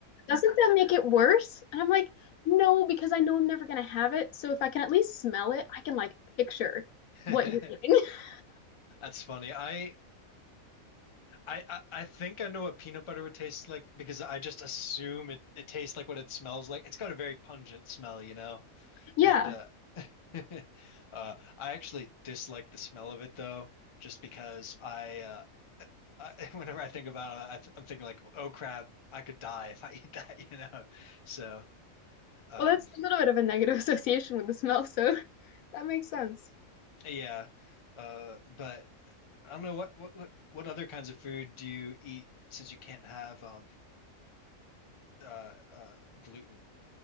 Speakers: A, on the left; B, on the left.
A: doesn't that make it worse? And I'm like, no, because I know I'm never gonna have it. So if I can at least smell it, I can like picture
B: <laughs> that's
A: what you're eating. <laughs>
B: funny. I I I I think I know what peanut butter would taste like because I just assume it it tastes like what it smells like. It's got a very pungent smell, you know,
A: Yeah.
B: and uh, <laughs> uh, I actually dislike the smell of it though, just because I uh, I, <laughs> whenever I think about it, I th I'm thinking like, oh crap, I could die if I eat that, <laughs> you know. So, um,
A: Well, that's a little bit of a negative <laughs> association with the smell, so <laughs> that makes sense.
B: yeah. Uh, but I don't know what what what what other kinds of food do you eat since you can't have um uh uh gluten?